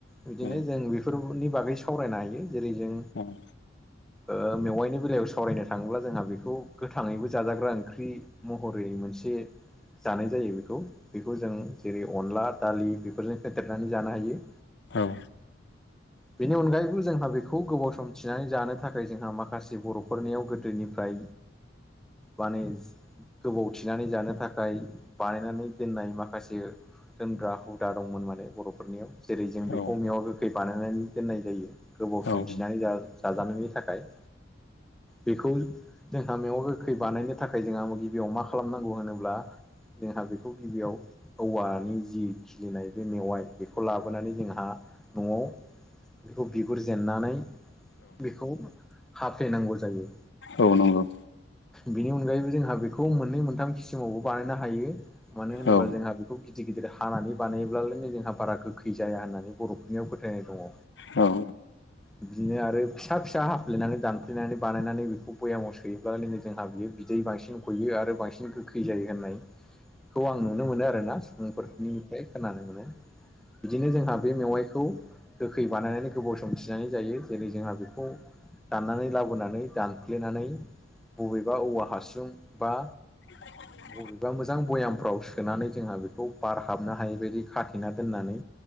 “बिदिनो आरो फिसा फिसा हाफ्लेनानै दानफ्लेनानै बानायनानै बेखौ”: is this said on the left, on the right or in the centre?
Centre